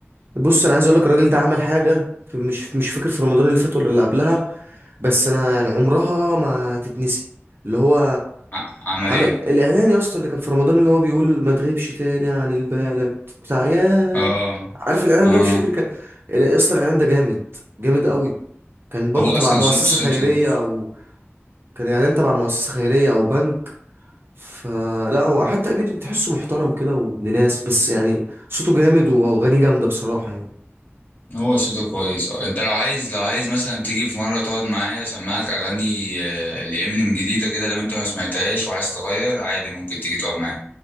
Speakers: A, on the right; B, on the left.
A: بص أنا عايز أقولك الراجل ده عمل حاجة في- مش مش فاكر في رمضان اللي فات ولا اللي قبلها بس أنا يعني عمرها ما تتنسي اللي هو
B: ع- عمل
A: عمل
B: ايه
A: الإعلان يا اسطى اللي كان في رمضان اللي هو بيقول ما تغيبش تاني عن البلد بتاع ياه
B: اه
A: عارف الاعلان
B: اه
A: ده مش فاكر كان يا اسطى الاعلان ده جامد جامد قوي كان برضو
B: هو
A: تبع
B: اصلا
A: مؤسسه
B: صوت صوته
A: خيريه او كان اعلان تبع مؤسسه خيريه او بنك فلا هو حتى امير تحسه محترم كده وابن ناس بس يعني صوته جامد واغانيه جامده بصراحه يعني
B: هو صوته كويس اه انت لو عايز لو عايز مثلا تيجي في مره تقعد معايا اسمعك اغاني آه، لامينيم جديده كده لو انت ما سمعتهاش وعايز تغير عادي ممكن تيجي تقعد معايا